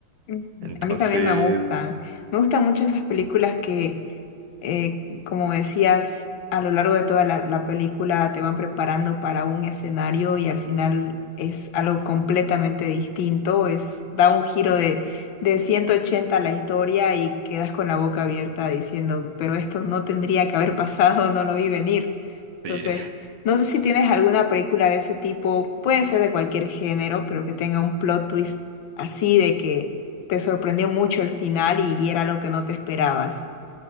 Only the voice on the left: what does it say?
Mm,
A mí también me gustan. Me gustan mucho esas películas
que, eh, como decías, a lo largo de toda la, la película te van preparando para un escenario y al final es algo completamente distinto. Es, da un giro de, de 180 a la historia y quedas con la boca abierta diciendo, pero esto no tendría que haber pasado, no lo vi venir. Entonces,
no sé si tienes alguna película de ese tipo, puede ser de cualquier género, pero que tenga un plot twist así de que te sorprendió mucho el final y, y era lo que no te esperabas.